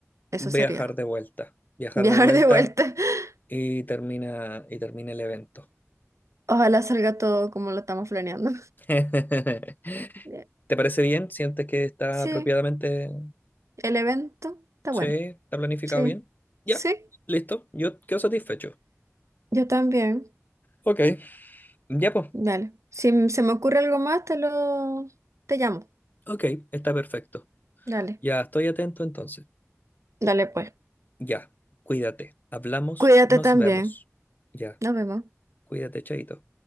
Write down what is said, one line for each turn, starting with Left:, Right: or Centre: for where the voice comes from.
Right: eso
Left: viajar
Right: sería.
Left: de vuelta,
Right: <laughs>
Left: viajar
Right: Viajar
Left: de vuelta
Right: de vuelta. <laughs>
Left: y termina, y termina el evento.
Right: Ojalá salga todo como lo estamos planeando.
Left: <laughs> ¿Te
Right: Eh,
Left: parece bien? ¿Sientes que está
Right: Sí,
Left: apropiadamente?
Right: el evento está
Left: Sí,
Right: bueno.
Left: está planificado
Right: Sí.
Left: bien. Ya,
Right: Sí,
Left: listo, yo quedo satisfecho.
Right: yo también.
Left: Ok, ya pues.
Right: Dale. Si m- se me ocurre algo más, te lo... te llamo.
Left: Ok, está perfecto.
Right: Dale.
Left: Ya, estoy atento entonces.
Right: Dale pues.
Left: Ya, cuídate. Hablamos,
Right: Cuídate
Left: nos
Right: también.
Left: vemos. Ya,
Right: Nos vemos.
Left: cuídate, chaito.